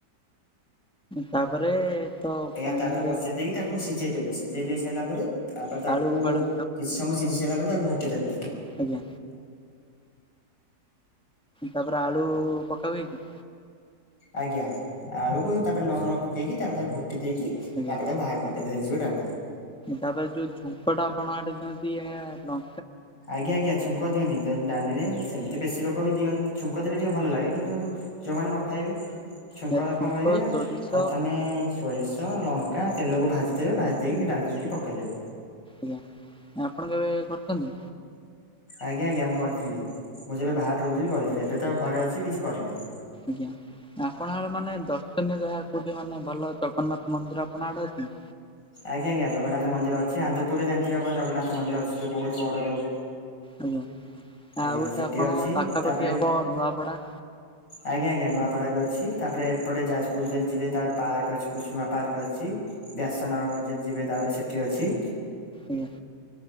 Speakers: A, in the centre; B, on the left (about 85°).
A: ତାପରେ ତ
B: ଆଜ୍ଞା
A: ପାଣି
B: ତାପରେ ବସେଇ ଦେଇକି ତାକୁ ସିଝେଇ ଦେବେ ସିଝେଇ ଦେଇ ସାରିଲା ପରେ ତାପରେ ତାକୁ
A: ଆଳୁ ଫାଳୁ
B: କିଛି ସମୟ ସିଝି ସାରିଲା ପରେ ତାକୁ ଘୋଟି ଦେବେ
A: ଆଜ୍ଞା ତାପରେ ଆଳୁ ପକା ହୁଏକି
B: ଆଜ୍ଞା ଆଳୁ କୁ ତାପରେ ଲୁଣ ପକେଇକି ତାପରେ ତାକୁ ଘୋଟି ଦେଇକି ତାପରେ
A: ଆଜ୍ଞା।
B: ତାକୁ ବାହା କରିଦେବେ ହେଇଯିବ ଡ଼ାଲି
A: ତାପରେ ଯୋଉ ଝୁଙ୍କ ଟା ଆପଣ ଆଡେ ଦିଅନ୍ତି ଏହା ଲ
B: ଆଜ୍ଞା ଆଜ୍ଞା ଛୁଙ୍କ ଦିଅନ୍ତି ଡାଲିରେ ସେମିତି ବେଶୀ ଲୋକ ବି ଦିଅନ୍ତି ଛୁଙ୍କ ଦେଲେ ଟିକେ ଭଲ ଲାଗେ କିନ୍ତୁ ଯୋଉମାନେ ନ ଖାଇବେ ଛୁଙ୍କ
A: ଝୁଙ୍କ
B: କଣ କରିବେ ନା
A: ସୋରିଷ
B: ପ୍ରଥମେ ସୋରିଷ ଲଙ୍କା ତେଲକୁ ଭାଜିଦେବେ ଭାଜି ଦେଇକି ସେ ଡାଲିକି ସେଠି ପକେଇଦେବେ
A: ଆଜ୍ଞା ଆପଣ କେବେ କରିଛନ୍ତି
B: ଆଜ୍ଞା ଆଜ୍ଞା ମୁଁ କରିଥିଲି ମୁଁ ଯେବେ ବାହାରେ ରହୁଥିଲି କରିଥିଲି ଏବେ ତ ଘରେ ଅଛି କିଛି କରିନାହିଁ
A: ଆଜ୍ଞା ଆପଣଙ୍କ ମାନେ ଦର୍ଶନୀୟ ଜାଗା କୋଉଠି ମାନେ ଭଲ ଜଗନ୍ନାଥ ମନ୍ଦିର ଆପଣ ଆଡେ ଅଛି
B: ଆଜ୍ଞା ଆଜ୍ଞା ଜଗନ୍ନାଥ ମନ୍ଦିର ଅଛି ଆନ୍ଦପୁରରେ ଯେମିତି ଆମର ଜଗନ୍ନାଥ ମନ୍ଦିର ଅଛି ସେ ବହୁତ ବଡ ଯୋଉ
A: ଆଜ୍ଞା
B: ଆଜ୍ଞା
A: ଆଉ ଗୋଟେ
B: ସେଠି
A: ଆପଣ
B: ଅଛି
A: ପାଖାପାଖି
B: ତାପରେ
A: ହବ ନୂଆପଡା
B: ଆଜ୍ଞା ଆଜ୍ଞା ନୂଆପଡା ବି ଅଛି ତାପରେ ଏପଟେ ଯାଜପୁର ଯଦି ଯିବେ ତାପରେ ପାର୍କ କଶ ଅଛି କୁସୁମା ପାର୍କ ଅଛି ବ୍ୟାସନଗର ଯ ଯିବେ ତାପରେ ସେଠି ଅଛି
A: ଆଜ୍ଞା